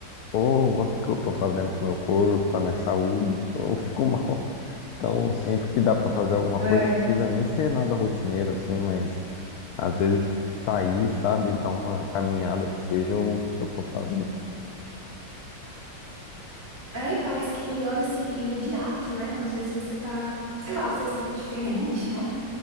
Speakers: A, on the left; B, on the right.
A: pô, o que que eu tô fazendo com o meu corpo, com a minha saúde? Eu fico <laughs> mal. Então, sempre que dá pra fazer alguma
B: é.
A: coisa, não precisa nem ser nada rotineiro, assim, mas às vezes sair, sabe? Dar uma caminhada que seja, eu, eu tô fazendo.
B: É, e parece que melhora, assim, imediato, né? Às vezes você tá, sei lá, você se sente diferente, né?